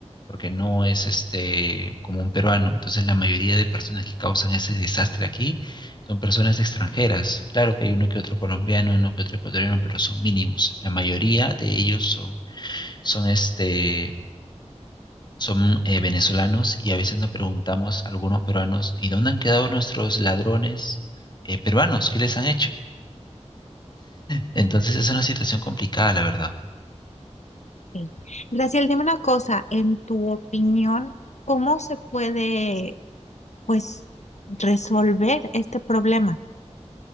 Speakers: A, on the left (about 40°); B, on the left (about 75°).
A: porque no es este como un peruano. Entonces la mayoría de personas que causan ese desastre aquí son personas extranjeras. Claro que hay uno que otro colombiano, uno que otro ecuatoriano, pero son mínimos. La mayoría de ellos son, son este son eh, venezolanos y a veces nos preguntamos a algunos peruanos, ¿y dónde han quedado nuestros ladrones eh, peruanos? ¿Qué les han hecho? Entonces es una situación complicada, la verdad.
B: ok. Graciel, dime una cosa, en tu opinión, ¿cómo se puede, pues, resolver este problema?